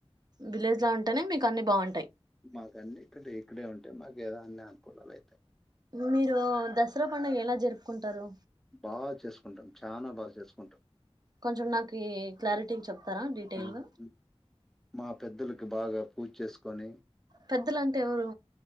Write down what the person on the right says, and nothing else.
విలేజ్ లో ఉంటేనే మీకు అన్ని బాగ్
మీరు దసరా పండుగ ఎలా జరుపుకుంటారు
కొంచం నాకి క్లారిటీ చెప్తారా డీటెయిల్
గా
పెద్దలంటే ఎవరు